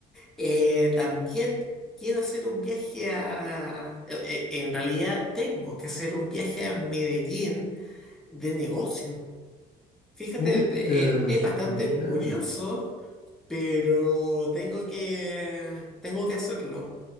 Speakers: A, in the centre; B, on the left.
A: eh, también quiero hacer un viaje a... eh, eh, en realidad tengo que hacer un viaje a Medellín de negocio. Fíjate,
B: Oye,
A: eh, es
B: súper
A: bastante
B: bien.
A: curioso, pero tengo que, tengo que hacerlo.